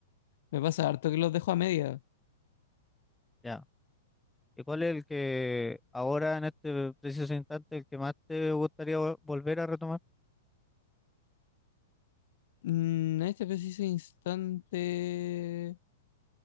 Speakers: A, on the left (about 55°); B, in the centre.
A: me pasa harto que los dejo a media.
B: Ya. ¿Y cuál es el que ahora en este preciso instante el que más te gustaría vol- volver a retomar?
A: Mm, en este preciso instante.